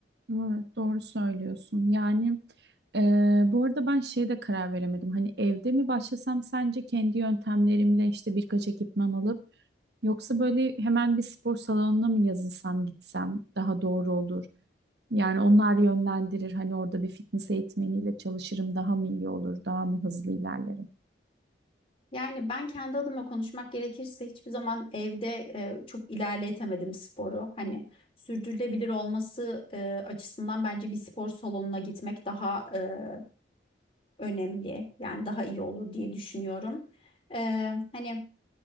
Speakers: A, on the right; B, on the left.
A: Evet, doğru söylüyorsun. Yani e, bu arada ben şeye de karar veremedim. Hani evde mi başlasam sence kendi yöntemlerimle işte birkaç ekipman alıp yoksa böyle hemen bir spor salonuna mı yazılsam gitsem daha doğru olur. Yani onlar yönlendirir. Hani orada bir fitness eğitmeniyle çalışırım daha mı iyi olur, daha mı hızlı ilerlerim.
B: Yani ben kendi adıma konuşmak gerekirse hiçbir zaman evde e, çok ilerletemedim sporu. Hani sürdürülebilir olması e, açısından bence bir spor salonuna gitmek daha e, önemli. Yani daha iyi olur diye düşünüyorum. Ee, hani